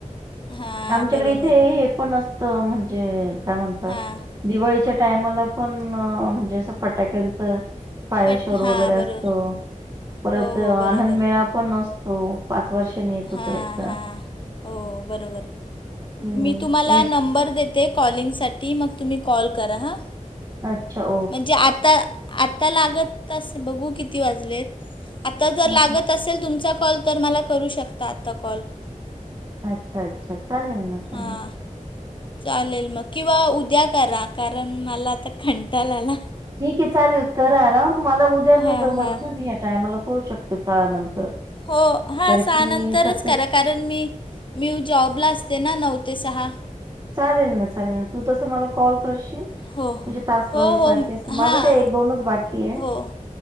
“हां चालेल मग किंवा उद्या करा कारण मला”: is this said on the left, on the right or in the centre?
Left